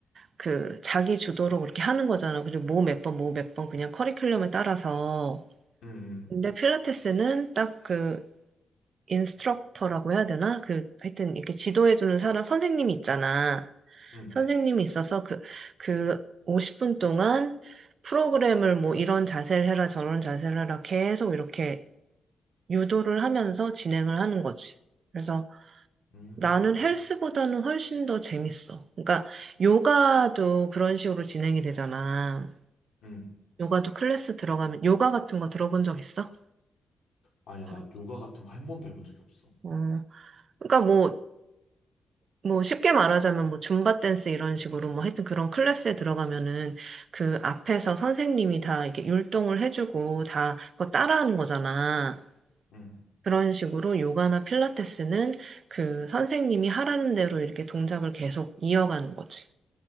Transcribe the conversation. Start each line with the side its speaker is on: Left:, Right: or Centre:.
Right: 그 자기 주도로 그렇게 하는 거잖아. 그리고 뭐 몇 번, 뭐 몇 번 그냥 커리큘럼에 따라서.
Left: 응, 응,
Right: 근데 필라테스는 딱 그 인스트럭터라고 해야 되나? 그 하여튼 이렇게 지도해주는 사람, 선생님이 있잖아.
Left: 응,
Right: 선생님이 있어서 그, 그 50분 동안 프로그램을 뭐 이런 자세를 해라, 저런 자세를 해라 계속 이렇게 유도를 하면서 진행을 하는 거지. 그래서
Left: 음,
Right: 나는 헬스보다는 훨씬 더 재밌어. 그러니까 요가도 그런 식으로 진행이 되잖아.
Left: 응.
Right: 요가도 클래스 들어가면 요가 같은 거 들어본 적 있어?
Left: 아니야,
Right: 거의.
Left: 나 요가 같은 거 한 번도 해본 적이 없어.
Right: 어, 그러니까 뭐, 뭐 쉽게 말하자면 뭐 줌바 댄스 이런 식으로 뭐 하여튼 그런 클래스에 들어가면은 그 앞에서 선생님이 다 이렇게 율동을 해주고 다 그거 따라하는 거잖아.
Left: 응.
Right: 그런 식으로 요가나 필라테스는 그 선생님이 하라는 대로 이렇게 동작을 계속 이어가는 거지.